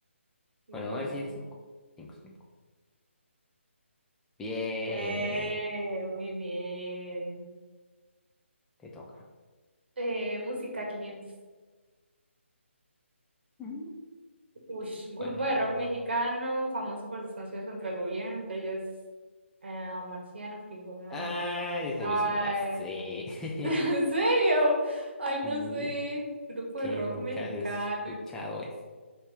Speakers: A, on the right; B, in the centre.
A: No.
B: Bueno, voy a decir cinco. Cinco, cinco. Bien,
A: Eh, muy bien.
B: te toca.
A: Eh, música quinientos
B: Mm.
A: Uy, grupo
B: Bueno,
A: de
B: hágale.
A: rock mexicano, famoso por sus canciones contra el gobierno, entre ellos eh, Marciano, Frijolero.
B: Ah, esa
A: Ay,
B: yo sí me la sé.
A: <laughs>
B: <laughs>
A: ¿en serio? Ay, no
B: Y
A: sé. Grupo
B: que
A: de rock
B: nunca
A: mexicano.
B: has escuchado eso.